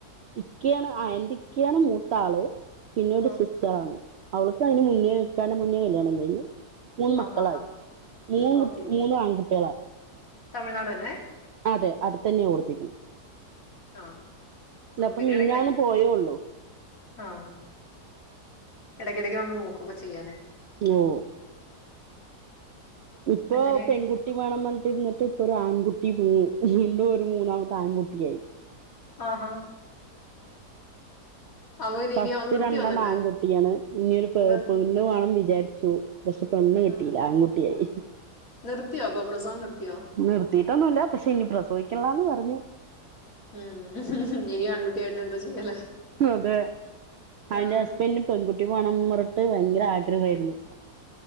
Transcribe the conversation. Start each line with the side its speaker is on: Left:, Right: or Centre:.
Right: ഇക്കയാണ് ആഹ് എന്റെ ഇക്കയാണ് മൂത്ത ആള് പിന്നെ ഒരു
Left: ആഹ്
Right: സിസ് റ്ററാണ് അവൾക്ക് അയ്ന് മുന്നേ ഇക്കാന്റെ മുന്നേ കല്യാണം കഴിഞ് മൂന്ന് മക്കളായി
Left: ആഹാ ഹാ ഹാ
Right: മൂന്ന്
Left: ഓക്കെ
Right: കുട്ടി മൂന്നും ആൺകുട്ടികളാ.
Left: തമിഴ്നാട് തന്നെ.
Right: അതെ അടുത്ത് തന്നെയാ കൊടുത്തേക്കുന്നത്.
Left: ആഹ്
Right: അല്ല
Left: അപ്പൊ
Right: ഇപ്പൊ
Left: പിന്നെ
Right: മീനിഞ്ഞാന്ന്
Left: ഇടക്കിടക്ക്
Right: പോയേള്ളൂ.
Left: ആഹ് എടക്കിടയ്ക് വന്ന് നോക്കു ഒക്കെ ചെയ്യ അല്ലേ.
Right: യോ ഇപ്പൊ
Left: അങ്ങനെയൊക്കെ
Right: പെൺകുട്ടി കുട്ടി വേണന്ന് പറഞ്ഞിരുന്നിട്ട് ഇപ്പം ഒരു ആൺകുട്ടി വീണ്ടും ഒരു മൂന്നാമത്തെ ആൺകുട്ടിയായി.
Left: ആഹാ അവന്
Right: ഫസ്റ്റ്
Left: ഇനി നിർത്തിയോ
Right: രണ്ടെണ്ണം
Left: എന്നിട്ട്
Right: ആൺകുട്ടിയാണ് ഇനി ഒരു പെ
Left: നിർ
Right: പെൺ ണ്ണു വേണം വിചാരിച്ചു പക്ഷെ പെണ്ണ് കിട്ടിയില്ല
Left: ആഹ്
Right: ആൺകുട്ടിയായി.
Left: നിർത്തിയോ അപ്പം പ്രസവം നിർത്തിയോ?
Right: നിർത്തിയിട്ടൊന്നുല്ല പക്ഷെ ഇനി പ്രസവിക്കണില്ലാന്ന് പറഞ്ഞു.
Left: ആഹ് ഇനിയും ആൺകുട്ടിയായ എന്താ ചെയ്യു അല്ലേ?
Right: അതെ അവന്റെ
Left: ആഹ്
Right: ഹസ്ബൻഡിന് പെൺകുട്ടി വേണോന്ന് പറഞ്ഞിട്ട് ഭയങ്കര ആഗ്രഹവായിരുന്നു.